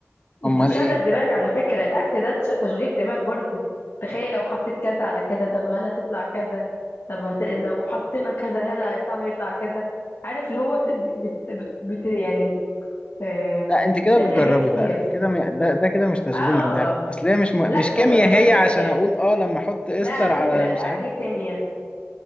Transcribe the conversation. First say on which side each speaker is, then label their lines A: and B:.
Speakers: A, on the left (about 25°); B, on the left (about 55°).
A: امال
B: انت تشغل
A: ايه
B: دماغك على فكرة الاكل ده تش- تشغيل دماغ برضو تخيل لو حطيت كذا على كذا طب هل هتطلع كذا طب هت... لو حطينا كذا هل الطعم هيطلع كذا عارف اللي هو ت- بت... بت... بت... يعني آه،
A: لا انت كده
B: بتعمل
A: بتجربي
B: حاجات كتير
A: بقى كده م... ده, ده كده مش تشغيل
B: اه
A: دماغ اصل هي مش م...
B: لا
A: مش
B: تش-
A: كيمياء
B: بشغل
A: هي عشان
B: دماغي
A: اقول اه لما احط استر
B: لا على
A: على
B: فكرة
A: مش
B: الاكل
A: عارف
B: كيمياء